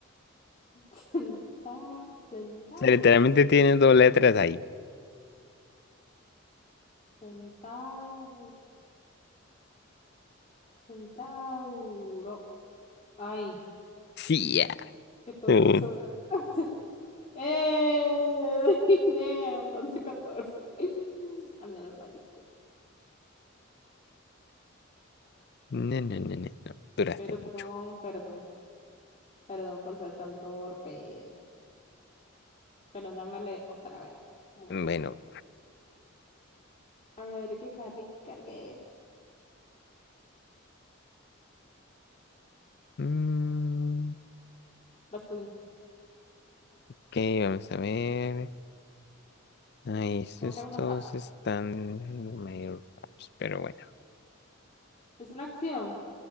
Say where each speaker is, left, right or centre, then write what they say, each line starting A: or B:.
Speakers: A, on the left; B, on the left.
A: <laughs> Centa... Centauro.
B: O sea, literalmente tienes dos letras ahí.
A: Centau... Centauro. Ay,
B: Sí, ya.
A: qué torpe
B: Mm.
A: soy. <laughs> ¡Eh! Lo dinero, 14. Al menos la hice.
B: No, no, no, no, no. Duraste
A: Perdón,
B: mucho.
A: perdón, Perdón por ser tan torpe. Pero dámele otra vez. ¿Cómo nos
B: Bueno.
A: va? A ver, ¿qué cargué? ¿Qué cargué?
B: mm,
A: Vas tú.
B: Ok, vamos a ver. Ahí, estos
A: Coge una
B: todos
A: fácil.
B: están medio raros, pero bueno.
A: Es una acción.